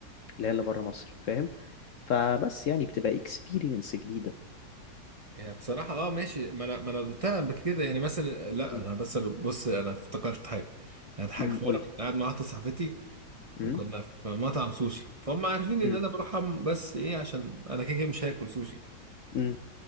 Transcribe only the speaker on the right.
هي بصراحه اه ماشي ما انا ما انا قلتها قبل كده يعني مثلا لا
انا بس بص انا افتكرت حاجه كانت حاجه
في مره
كنت
قاعد مع واحده صاحبتي
وكنا في مطعم سوشي فهم عارفين ان
انا بروح أم- بس ايه عشان انا كده كده مش هاكل سوشي يعني.